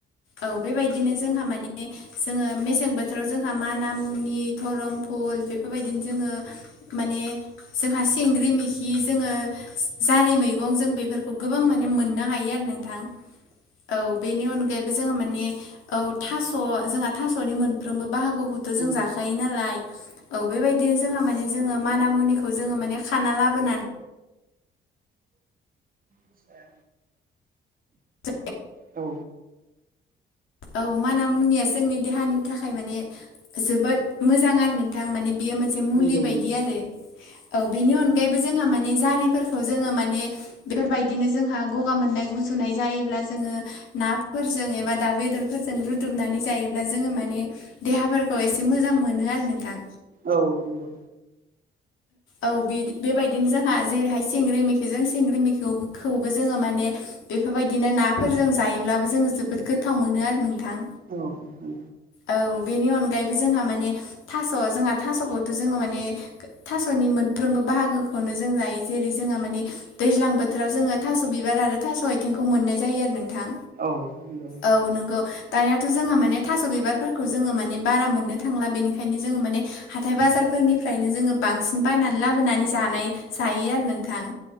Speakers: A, on the left; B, on the right.
A: औ बेबायदिनो जोंहा मानि जोङो मेसें बोथोराव जोंहा माना मुनि धरम फुल बेफोरबायदिनो जोङो माने जोंहा सेंग्रि मेखि जोङो जारि मैगं जों बेफोरखौ गोबां माने मोननो हायो आरो नोंथां औ बेनि अनगायैबो जोंहा माने औ थास' जोंहा थास'नि मोनफ्रोमबो बाहागो
B: औ
A: जों जायो नालाय औ बेबायदिनो जों म ज माना मुनि जोङो माने खाना लाबोनानै
B: औसाया
A: ज
B: औ
A: औ माना मुनिया जोंनि देहानि थाखाय माने जोबोद मोजां आरो नोंथां माने बेयो मोनसे एसे मुलि
B: नंगौ नंगौ
A: बायदि आरो औ बेनि अनगायैबो जोंहा माने जारिफोरखौ जोङो माने बेफोरबायदिनो जोंहा गगा मोननाय गुजुनाय जायोब्ला जोङो नाफोरजों एबा दाउ बेदरफोरजों रुदुबनानै जायोब्ला जोङो माने देहाफोरखौ एसे मोजां मोनो आरो नोंथां।
B: औ नंगौ।
A: औ बेदि बेबायदिनो जोंहा जेरैहाय सिंग्रि मेखिजों सिंग्रि मेखिखौबो जोङो माने बेफोरबायदिनो नाफोरजों जायोब्लाबो जोङो जोबोद गोथाव मोनो आरो नों थां
B: औ नंगौ
A: औ। बेनि अनगायैबो जोंहा माने थास' जोंहा थास'खौथ' जोङो माने थास'नि मोनफ्रोमबो बाहागोखौनो जों जायो जेरै जोंहा माने दैज्लां बोथोराव जोङो थास' बिबार आरो थास' आइथिंखौ मोननाय जायो आरो नोंथां।
B: औ नंगौ
A: औ नंगौ। दानियाथ' जोंहा माने थास' बिबारफोरखौ जोङो माने बारा मोननो थांला बेनिखायनो जोङो माने हाथाइ बाजारफोरनिफ्रायनो जोङो बांसिन बायनानै लाबोनानै जानाय जायो आरो नोंथां